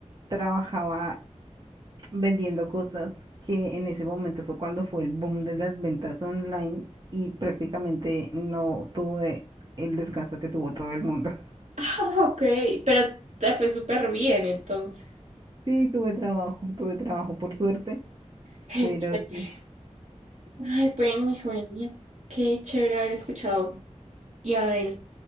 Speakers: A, on the right; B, on the right.
A: trabajaba vendiendo cosas que en ese momento fue cuando fue el boom de las ventas online y prácticamente no tuve el descanso que tuvo todo el mundo. <laughs>
B: Ah, ok, pero te fue súper bien entonces.
A: Sí, tuve trabajo, tuve trabajo por suerte,
B: Qué
A: pero
B: chévere.
A: sí.
B: Ay, bueno, hijo mío, qué chévere haber escuchado
A: <laughs>
B: y haber